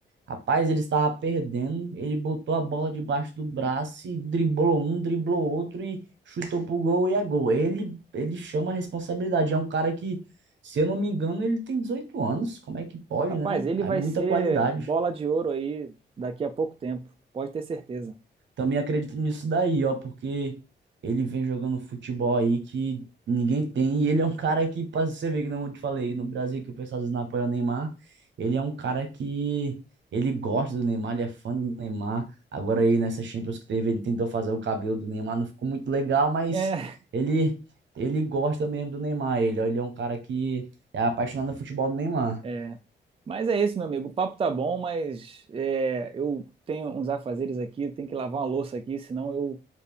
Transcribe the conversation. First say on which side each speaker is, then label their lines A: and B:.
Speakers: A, on the right; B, on the right.
A: Rapaz, ele estava perdendo. Ele botou a bola debaixo do braço e driblou um, driblou outro e chutou pro gol e é gol. Ele, ele chama a responsabilidade. É um cara que, se eu não me engano, ele tem 18 anos. Como é que pode,
B: rapaz,
A: né?
B: ele
A: É
B: vai
A: muita
B: ser
A: qualidade.
B: bola de ouro aí daqui a pouco tempo, pode ter certeza.
A: Também acredito nisso daí, ó, porque ele vem jogando futebol aí que ninguém tem. E ele é um cara que, pra você ver que não eu te falei, no Brasil que o pessoal às vezes não apoia o Neymar, ele é um cara que ele gosta do Neymar, ele é fã do Neymar. Agora aí nessa Champions que teve, ele tentou fazer o cabelo do Neymar, não ficou muito legal, mas
B: É.
A: ele ele gosta mesmo do Neymar, ele, ó, ele é um cara que é apaixonado no futebol do Neymar.
B: É. Mas é isso, meu amigo. O papo tá bom, mas é, eu tenho uns afazeres aqui, eu tenho que lavar uma louça aqui, senão eu